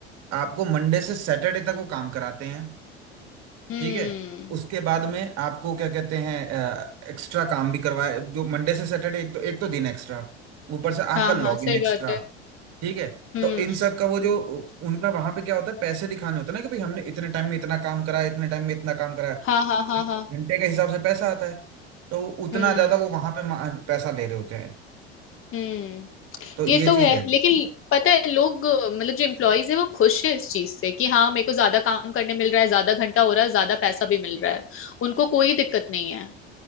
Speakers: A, on the right; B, on the left.
A: आपको मंडे से सैटरडे तक वो काम कराते हैं
B: हम्म
A: ठीक है उसके बाद में आपको क्या कहते हैं एक्स्ट्रा काम भी करवाए जो मंडे से सैटरडे एक तो एक तो दिन एक्स्ट्रा ऊपर से आपका
B: हाँ
A: लॉग
B: हाँ सही
A: इन एक्स्ट्रा
B: बात है
A: ठीक है
B: हम्म
A: तो इन सब का वो जो उनका वहां पे क्या होता है पैसे दिखाने होते हैं ना कि भाई हमने इतने टाइम में इतना काम करा है इतने टाइम में इतना काम करा है
B: हाँ हाँ हाँ हाँ
A: घंटे के हिसाब से पैसा आता है तो उतना
B: हम्म
A: ज्यादा वो वहां पे मा- पैसा ले रहे होते हैं
B: हम्म
A: तो
B: ये
A: ये
B: तो
A: चीज
B: है
A: है
B: लेकिन पता है लोग मतलब जो एम्प्लॉयज है वो खुश हैं इस चीज से कि हाँ मेरे को ज्यादा काम करने मिल रहा है ज्यादा घंटा हो रहा है ज्यादा पैसा भी मिल रहा है उनको कोई दिक्कत नहीं है